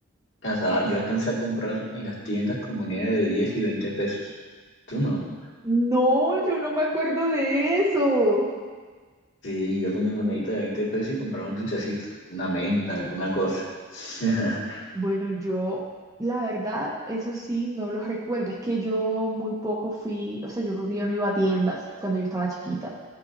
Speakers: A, on the left; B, on the right.
A: cansaba, yo alcancé a comprar en las tiendas con moneda de 10 y 20 pesos. ¿Tú no?
B: No, yo no me acuerdo de eso.
A: Sí, yo con mi monedita de 20 pesos y compraba un dulcecito, una menta, alguna cosa. <laughs>
B: Bueno, yo, la verdad, eso sí, no los recuerdo. Es que yo muy poco fui, o sea, yo creo que yo no iba a tiendas cuando yo estaba chiquita.